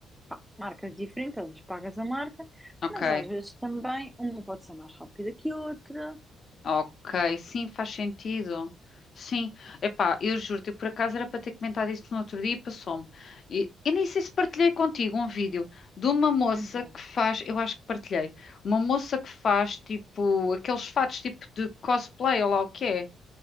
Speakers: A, in the centre; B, on the left.
A: pá, marcas diferentes, às vezes pagas a marca,
B: Ok,
A: mas às vezes também uma pode ser mais rápida que a outra.
B: Ok, sim, faz sentido. Sim, epá, eu juro-te, eu por acaso era para ter comentado isso no outro dia e passou-me. E, e nem sei se partilhei contigo um vídeo de uma moça
A: Então,
B: que faz, eu acho que partilhei, uma moça que faz tipo aqueles fatos tipo de cosplay ou lá o que é,